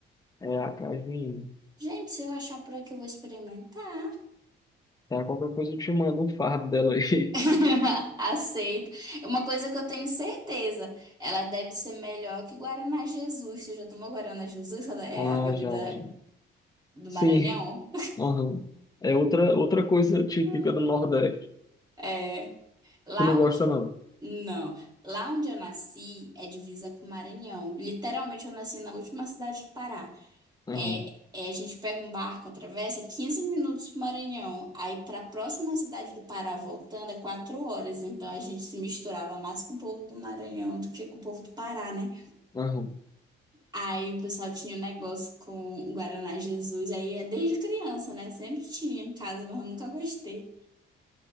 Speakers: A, on the left; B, on the right.
A: é a cajuína.
B: Gente, se eu achar por aqui, eu vou experimentar.
A: Tá, qualquer coisa eu te mando um fardo dela aí.
B: <laughs>
A: <laughs>
B: Aceito. Uma coisa que eu tenho certeza, ela deve ser melhor que Guaraná Jesus. Tu já tomou Guaraná Jesus? Ela É
A: Ah,
B: a bebida
A: já, já.
B: do
A: Sim,
B: Maranhão?
A: aham. É outra, outra coisa típica
B: Hum.
A: do Nordeste.
B: É. Lá
A: Tu não
B: onde...
A: gosta, não.
B: Não. Lá onde eu nasci é divisa com o Maranhão. Literalmente, eu nasci na última cidade do Pará.
A: Aham,
B: É, é, a gente pega um barco, atravessa 15 minutos pro Maranhão. Aí, para a próxima cidade do Pará, voltando, é 4 horas. Então, a gente se misturava mais com o povo do Maranhão do que com o povo do Pará, né?
A: aham.
B: Aí o pessoal tinha um negócio com Guaraná Jesus, aí é desde criança, né? Sempre tinha em casa, mas eu nunca gostei.